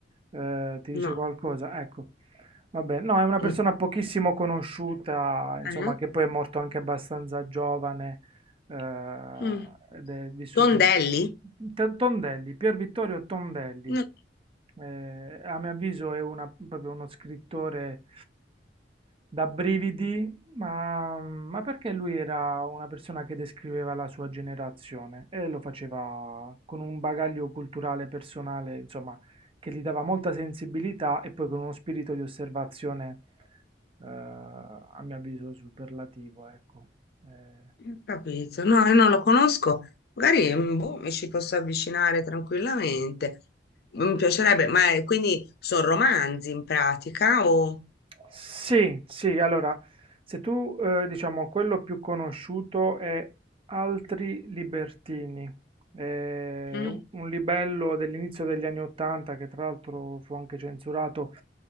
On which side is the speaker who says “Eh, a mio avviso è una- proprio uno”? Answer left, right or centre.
Right